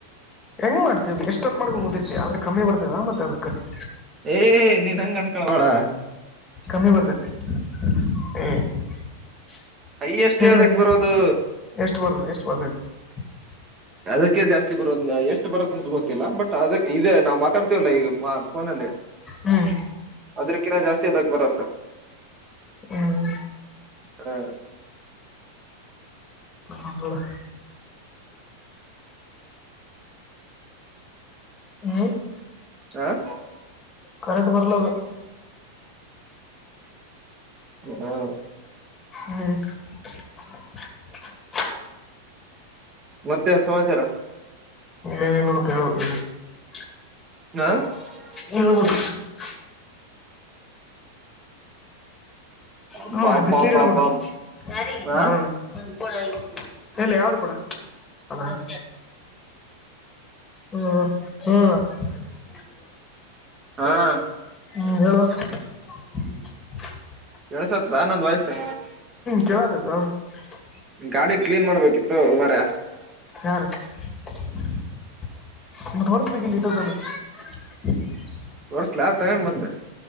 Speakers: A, on the left; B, on the right.
A: ಹೆಂಗ್, ಮಾಡ್ತವಿ! ಎಷ್ಟಂದ್ ಮಾಡ್ಕ ಮುಂದಿರ್ತಿ ಆದ್ರೆ ಕಮ್ಮಿ ಬರ್ತದ ಮತ್ತೆ ಅದಕ್. <unintelligible>
B: ಏ, ನೀನ್ ಹಂಗು, ಅನ್ಕೋಬೇಡ. <unintelligible>
A: ಕಮ್ಮಿ, ಬರ್ತೈತಿ ಹ್ಮ. <unintelligible>
B: ಹೈಯೆಸ್ಟ್
A: ಹೇಳಿ,
B: ಅದಕ್
A: ಅಣ್ಣ,
B: ಬರೋದು
A: ಎಷ್ಟು! ಬರ್ದು, ಎಷ್ಟು ಬರ್ದ. <unintelligible>
B: ಅದಕ್ಕೆ, ಜಾಸ್ತಿ ಬರೋದ ಎಷ್ಟ್ ಬರತ್ ಅಂತ ಗೊತ್ತಿಲ್ಲ ಬಟ್ ಅದ ಇದೇ, ನಾವು ಮಾತಾಡ್ತಿವಲ್ಲ ಈ. <unintelligible> ಫೋನಲ್ಲಿ,
A: ಹ್ಮ್
B: ಅದ್ರಕಿನ, ಜಾಸ್ತಿ, ಬರುಬೇಕುಬರುತ್ತೆ.
A: ಹ್ಮ್
B: <unintelligible> ಹ. <inaudible>
A: ಹಾಂಗ. <inaudible> ಹ್ಮ. <unintelligible>
B: ಆ. <inaudible>
A: ಕರೆಕ್ಟ್, ಬರಲಾಧು. <inaudible>
B: ಹಾ. <inaudible>
A: ಹ್ಮ್. <inaudible>
B: ಮತ್ತೇನ್, ಸಮಾಚಾರ? <inaudible>
A: ಏನೇನ್ ಮಾಡ್ಬೇಕ್ ಹೇಳ್ಬೇಕು ನಿನ್ನೇ? <unintelligible>
B: ಹಾ. <unintelligible>
A: ಏನು, ಹೇಳ್ಬೇಕು? <unintelligible>
B: ಅಬ್ಬಾ
A: ಹ್ಮ್ಮ್,
B: ಅಬ್ಬಾ
A: ಬಿಸ್ನೀರ್,
B: ಅಬ್ಬಾ
A: ಇಡಬೇಕಂತೆ,
B: ಅಬ್ಬಾ
A: ಯಾರಿಗೆ,
B: ಹಾ
A: ನಾರಾಯಣಿಗೆ, ಕೊಡಹೇಳಿ, ಎಲ್ಲಿ, ಯಾವ್ದು, ಕೊಡ. <unintelligible> ಹ, ಹ್ಮ್, ಹ್ಮ್. <unintelligible>
B: ಹಾ. <unintelligible>
A: ಹ್ಮ್, ಹೇಳು. <unintelligible>
B: ಕೇಸುತ, ನ್ನನ್ನು ವಾಯ್ಸ್? <unintelligible>
A: ಕೆಳತೈತೋ! <unintelligible>
B: ಗಾಡಿ, ಕ್ಲೀನ್ ಮಾಡ್ಬೇಕಿತ್ತು! ಬಾರ. <unintelligible>
A: ಯಾರು? <unintelligible> ಮತ್ತೆ ತೋರಿಸಬೇಕಿಲ್ಲಿಟ್ಟಿರೋದನ್ನ. <unintelligible>
B: ತೋರ್ಸಲ ತಗೋ ಬಂದು. <inaudible>